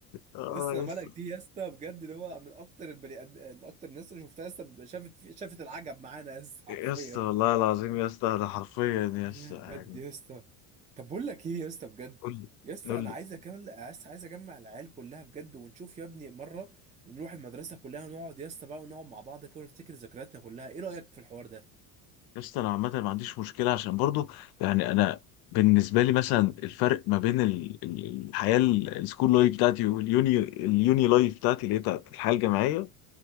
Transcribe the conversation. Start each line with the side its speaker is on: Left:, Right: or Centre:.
Left: اه
Right: يا اسطى
Left: يا
Right: انا
Left: اسطى
Right: ملك دي يا اسطى بجد اللي هو من اكتر البني ادم اكتر الناس اللي شفتها يا اسطى شافت شافت العجب معانا يا اسطى
Left: يا
Right: حرفيا
Left: اسطى والله العظيم يا اسطى انا حرفيا يا
Right: يا
Left: اسطى
Right: بجد
Left: يعني
Right: يا اسطى طب بقول لك ايه يا اسطى بجد
Left: قول لي
Right: يا اسطى
Left: قول
Right: انا
Left: لي
Right: عايز اجمع عايز عايز اجمع العيال كلها بجد ونشوف يا ابني مره ونروح المدرسه كلها ونقعد يا اسطى بقى ونقعد مع بعض كده ونفتكر ذكرياتنا كلها ايه رايك في الحوار ده
Left: يسطا انا عامه ما عنديش مشكله عشان برضو يعني انا بالنسبه لي مثلا الفرق ما بين ال- ال- الحياه ال- السكول لايف بتاعتي واليوني اليوني لايف بتاعتي اللي هي بتاعت الحياه الجامعيه